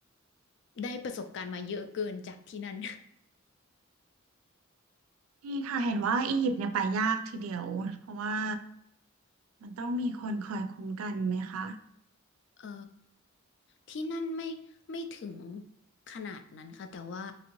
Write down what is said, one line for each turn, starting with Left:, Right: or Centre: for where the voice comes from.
Left: ได้ประสบการณ์มาเยอะเกินจากที่นั่น
Right: ดีค่ะเห็นว่าอียิปต์เนี่ยไปยากทีเดียวเพราะว่ามันต้องมีคนคอยคุ้มกันไหมคะ
Left: เอ่อที่นั่นไม่ไม่ถึงขนาดนั้นค่ะแต่ว่า